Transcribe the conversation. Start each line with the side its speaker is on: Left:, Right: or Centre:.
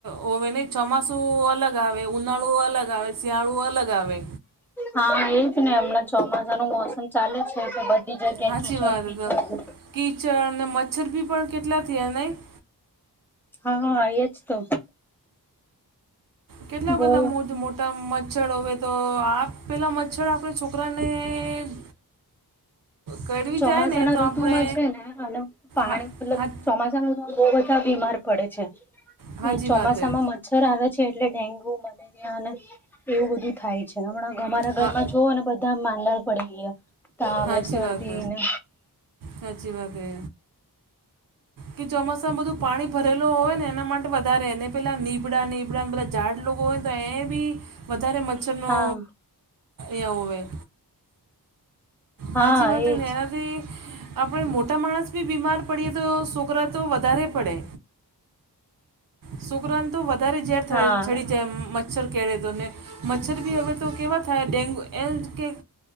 Right: હોવે નઈ ચોમાસું અલગ આવે ઉનાળુ અલગ આવે. શિયાળું અલગ આવે.
Centre: હા એજ નહી હમણાં મોસમ ચાલે છે. બધી જગ્યા
Right: સાચી
Centre: કી ચડ
Right: વાત
Centre: કી
Right: તો
Centre: ચડ-
Right: કીચડ અને મચ્છરબી પણ કેટલા થયા નહીં.
Centre: હા હા એ જ તો.
Right: કેટલા
Centre: બહુ
Right: બધા મોજ મો- મચ્છર હો તો આપ પેલા મચ્છર આપણે છોકરાને- કરવી
Centre: ચોમાસાના
Right: જાય ને તો આપણે
Centre: માં છે ને અને પાણી-
Right: હા હા
Centre: ન બહુ બધા બીમાર છે
Right: સાચી
Centre: એ ચોમાસામાં
Right: વાત હે
Centre: મચ્છર- ર આવે છે એટલે ડેન્ગુ મલેરિયા અને એવું બધું થાય છે હમણાં- અમારા ઘરમાં
Right: હા
Centre: જોવઓ ને બધા માંનર પડી ગયા. તાવ
Right: સાાચી
Centre: ને શરદી
Right: વાત
Centre: ને
Right: સાચી વાત એ. કે ચોમાસા બધું પાણી ભરેલ હોય ને એના માટે વધારે એને પેલા નીબડા ની- ઉપરાંત બધા જાઝાડ લોકો હોયને તો એ બી વધારે મચ્છરનો
Centre: હા
Right: એ હોય.
Centre: હા
Right: સાચી વાત
Centre: એજ
Right: ને એનાથી આપણેે મોટા માણસ બી બીમાર પડીએ તો- છોકરા તો વધારે પડે. તો ઝેર છડી
Centre: હા
Right: જાય મચ્છર- કેળદોને મચ્છર બી હવે તો કેવા થાય ડેન્ગુ એ કે-